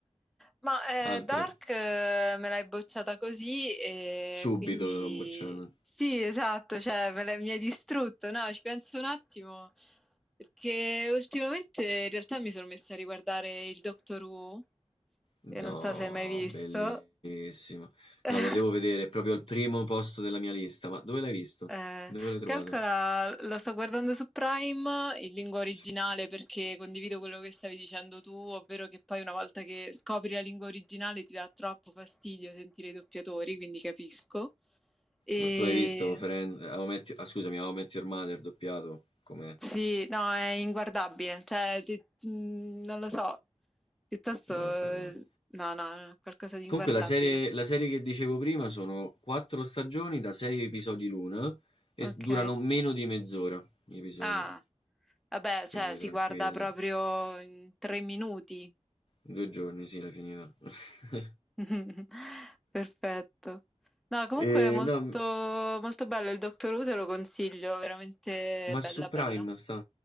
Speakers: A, in the centre; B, on the left (about 50°).
A: Ma
B: Altri?
A: eh, Dark eh, me l'hai bocciata così e
B: Subito
A: quindi
B: l'ho bocciato.
A: sì, esatto, cioè me l'hai- mi hai distrutto, no? Ci penso un attimo perché ultimamente in realtà mi sono messa a riguardare il Doctor Who,
B: No,
A: che non so se hai mai visto.
B: bellissimo.
A: <laughs>
B: No, lo devo vedere, è proprio al primo posto della mia lista. Ma dove l'hai visto?
A: Ehm,
B: Dove l'hai trovato?
A: calcola lo sto guardando su Prime in lingua originale
B: Su-
A: perché condivido quello che stavi dicendo tu, ovvero che poi una volta che scopri la lingua originale ti dà troppo fastidio sentire i doppiatori, quindi capisco. E
B: Ma tu hai visto Friends, How I Met- ah, scusami, How I Met Your Mother doppiato? Com'è?
A: sì, no, è inguardabile, cioè ti- mm, non lo so, piuttosto
B: No, è proprio...
A: eh,
B: no.
A: no, no, qualcosa di inguardabile.
B: Comunque la serie la serie che dicevo prima sono 4 stagioni da 6 episodi l'una e
A: Ok.
B: s durano meno di mezz'ora gli episodi,
A: Ah, vabbè, cioè
B: quindi
A: si
B: tranquilla.
A: guarda proprio in tre minuti.
B: In 2 giorni sì l'hai finita. <laughs>
A: <laughs> Perfetto. No, comunque
B: E
A: è molto,
B: no, m
A: molto bello il Doctor Who, te lo consiglio, veramente
B: ma
A: bella
B: su Prime
A: bella.
B: sta?